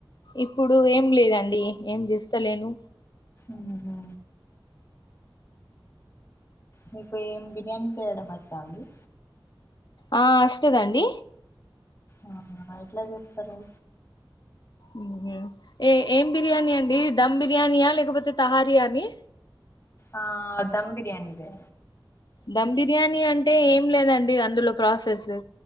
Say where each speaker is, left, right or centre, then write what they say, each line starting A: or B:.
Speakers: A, on the left; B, on the left.
A: ఇప్పుడు ఏం లేదండి ఏం చేస్తాలేను
B: ఉ హు మీకు ఏం బిర్యానీ చేయడం వచ్చా అండి
A: ఆ వస్తది అండి
B: ఆహు ఎట్లా చెప్తారు
A: ఉ హు ఏ ఏం బిర్యాని అండి దమ్ బిర్యానియా లేకపోతే తహారియాని
B: ఆ దమ్ బిర్యానీ లే
A: దమ్ బిర్యానీ అంటే ఏం లేదండి అందులో ప్రాసెసు